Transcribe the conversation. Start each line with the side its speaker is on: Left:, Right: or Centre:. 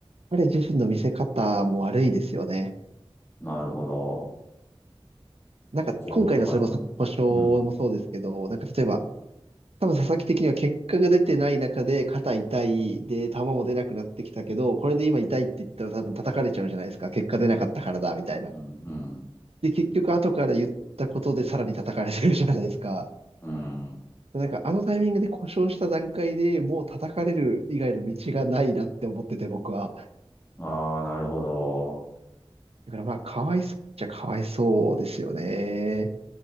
Right: 彼自身の見せ方も悪いですよね。
Left: なるほど。
Right: なんか、
Left: 行動とかとかも。
Right: 今回のそれこそ故障もそうですけど、
Left: うん。
Right: なんか例えば、
Left: うん。
Right: 多分佐々木的には結果が出てない中で肩痛いで球も出なくなってきたけど、これで今痛いって言ったら多分叩かれちゃうじゃないですか。結果出なかったからだ、みたいな。
Left: うん。うん。
Right: で、結局後から言ったことでさらに叩かれてるじゃないですか。
Left: うん
Right: なんかあのタイミングで故障した段階でもう叩かれる以外の道がないなって思ってて僕は。
Left: ああ、なるほど。
Right: だからまあかわいそうっちゃかわいそうですよね。